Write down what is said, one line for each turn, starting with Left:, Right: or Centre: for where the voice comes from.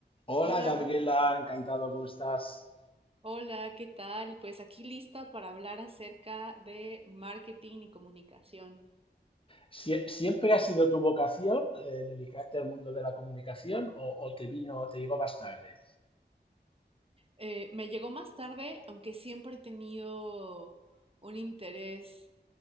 Left: Hola
Right: Hola,
Left: Gabriela,
Right: Ro-
Left: encantado, ¿cómo estás?
Right: hola, ¿qué tal? Pues aquí lista para hablar acerca de marketing y comunicación.
Left: Sie- ¿Siempre ha sido tu vocación eh, dedicarte al mundo de la comunicación o, o te vino, te llegó más tarde?
Right: Eh, me llegó más tarde, aunque siempre he tenido un interés